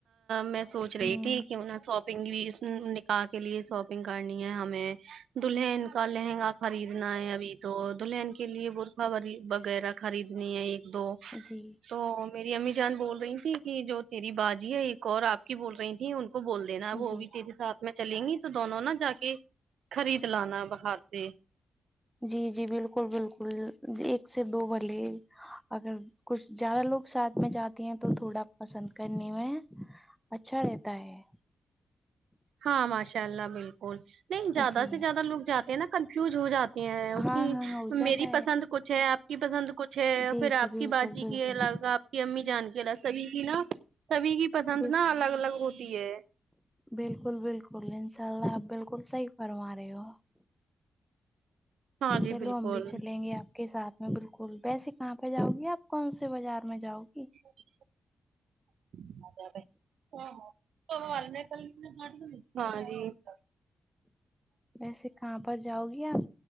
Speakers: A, on the right; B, in the centre.
A: میں سوچ رہی
B: ہوں
A: تھی کہ سوپ شپنگ بھی نکاح کے لیے شاپنگ کرنی ہے ہمیں دلہن کا لہنگا خریدنا ہے ابھی تو دلہن کے لیے برقہ وغیرہ خریدنی ہے ایک دو
B: جی
A: تو میری امی جان بول رہی تھھی کی جو تیری باجی ہے ایک اور آپ کی بول رہی تھی ان کو بول دینا وہ
B: جی
A: بھی تیرے ساتھ میں چلیں گی تو دونوں نا جا کے خرید لانا باہر سے
B: جی جی بالکل بالکل ایک سے دو بھلے اگر کچھ زیادہ چار لوگ ساتھ میں جاتے ہیں تو تھوڑا پسند کرنے میں اچھا رہتا ہے
A: ہاں ماشاء اللہ بالکل نہیں زیادہ
B: جی
A: سے زیادہ لوگ جاتے ہیں نا کنفیوز ہو جاتے ہیں اس
B: ہاں
A: کی
B: ہاں ہو جاتا
A: میری پسند کچھ ہے آپ کی پسند کچھ ہے
B: جی
A: پھر
B: جی
A: آپ
B: بالکل
A: کی باجی
B: بالکل
A: کی الگ آپ کی امی جان کے سبھی کی نا سبھی کی پسند
B: بال
A: نا الگ الگ ہوتی ہے
B: بالکل بالکل انشاء اللہ آپ بالکل صحیح فرما رہے ہو
A: ہاں
B: چلو
A: جی بالکل
B: ہم بھی چلیں گے آپ کے ساتھ میں بالکل ویسے کہاں پے جاؤں گی آپ کون سے بازار میں جاؤ گی
A: کہاں جارہے ہاں <unintelligible> ہاں جی
B: ویسے کہاں پر جاؤ گی آپ